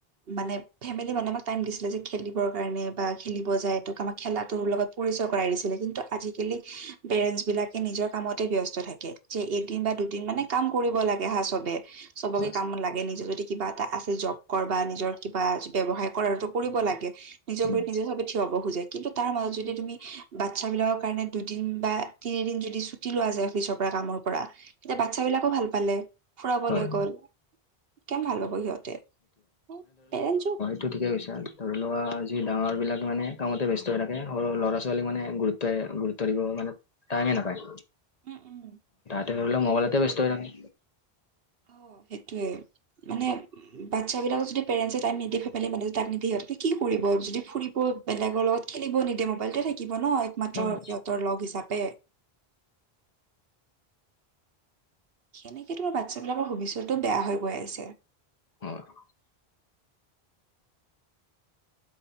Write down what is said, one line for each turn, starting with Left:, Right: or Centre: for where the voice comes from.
Right: মানে ফেমিলি মানুহ আমাক টাইম দিছিলে যে খেলিবৰ কাৰণে বা খেলিব যায় তোক আমাক খেলাটোৰ লগত পৰিচয় কৰাই দিছিলে কিন্তু আজিকালি পেৰেণ্টছ বিলাকে নিজৰ কামতে ব্যস্ত থাকে। যে এদিন বা দুদিন মানে কাম কৰিব লাগে হা চবে চবকে
Left: হয়
Right: কামত লাগে নিজে যদি কিবা এটা আছে জব কৰ বা নিজৰ কিবা ব্যৱসায় কৰাতো কৰিব লাগে নিজৰ
Left: উম
Right: ভৰিত নিজে চবে থিয় হব খোজে কিন্তু তাৰ মাজত যদি তুমি বাচ্ছা বিলাকৰ কাৰণে দুদিন বা তিনিদিন যদি ছুটি লোৱা যায় অফিচৰ পৰা কামৰ পৰা তেতিয়া বাচ্ছা বিলাকো ভাল পালে। ফুৰাব
Left: হয়
Right: লৈ গ'ল কেম ভাল পাব সিহঁতে উম পেৰেণ্টছো
Left: তো ঠিকে কৈছা। ধৰি লোৱা যি ডাঙৰ বিলাক মানে কামতে ব্যস্ত হৈ থাকে সৰু- সৰু ল'ৰা -ছোৱালীক মানে গুৰুত্বই গৰু ত্ব দিব মানে টাইমে নাপায়।
Right: উম, উম,
Left: তেনেহ'লে মবাইলতে ব্যস্ত হৈ থাকে।
Right: অহ, সেইটোৱে মানে বাচ্ছা বিলাকক যদি পেৰেণ্টছে টাইম নিদিয়ে <unintelligible> কি কৰিব যদি ফুৰিব বেলেগৰ লগত খেলিব নিদিয়ে মোবাইলতে থাকিব ন' একমাত্ৰ
Left: হয়
Right: ইহঁতৰ লগ হিচাপে। সেনেকে তোমাৰ বাচ্ছা বিলাকৰ ভৱিষ্যটো বেয়া হৈ গৈ আছে।
Left: <unintelligible>